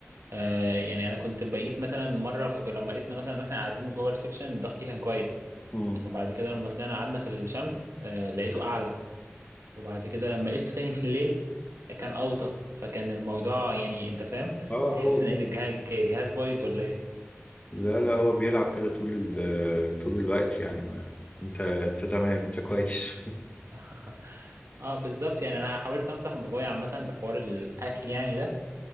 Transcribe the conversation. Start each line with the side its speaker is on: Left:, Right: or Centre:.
Right: آه يعني انا كنت بقيس مثلا مره في لما قيسنا مثلا واحنا قاعدين جوه السكشن ضغطي كان كويس
Left: مم.
Right: وبعد كده لما طلعنا قعدنا في الشمس آه لقيته اعلى وبعد كده لما قيسته تاني <laughs> بالليل كان اوطى فكان الموضوع يعني انت فاهم
Left: اه
Right: تحس
Left: هو
Right: ان ايه ده، الجهاز الجهاز بايظ ولا ايه
Left: لا لا هو بيلعب كده طول ال... طول الوقت يعني ما انت انت تمام انت كويس <laughs>
Right: <laughs> اه بالظبط يعني انا حاولت انصح بابايا عامه بحوار الاكل يعني ده